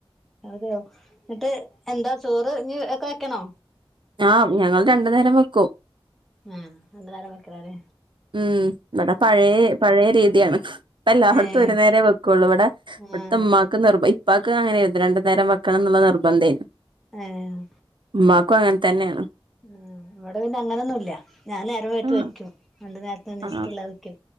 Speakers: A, in the centre; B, on the right.
A: അതെ എന്നിട്ട് എന്താ ചോറ് ഇനിയൊക്കെ വെക്കണോ
B: ആഹ് ഞങ്ങൾ രണ്ടു നേരം വെക്കും
A: ഉം രണ്ടുനേരം, വെക്കലാണ്
B: ഉം ഇവിടെ പഴേ, പഴേ രീതിയാണ് ഇപ്പയെല്ലായിടത്തും
A: ഏഹ്
B: ഒരു നേരവേ വെക്കുള്ളൂ, ഇവിടെ ഇവിടുത്തെ
A: ആഹ്
B: ഉമ്മാക്ക് നിർബ ഇപ്പാക്കുമങ്ങനെയായിരുന്നു രണ്ടു നേരം വെക്കണമെന്നുള്ള നിർബന്ധേനെ
A: ഏഹ്
B: ഉമ്മാക്കുമങ്ങനെ തന്നെയാണ്.
A: ഉം ഇവിടെ പിന്നെയങ്ങനെയൊന്നുമി ല്ല. ഞാൻ നേരവ്വയിട്ടു
B: ആഹ്
A: വെക്കും. രണ്ടു നേരത്തെ അനുസരിച്ചിട്ടുള്ളത്
B: ആഹ്
A: ക്കും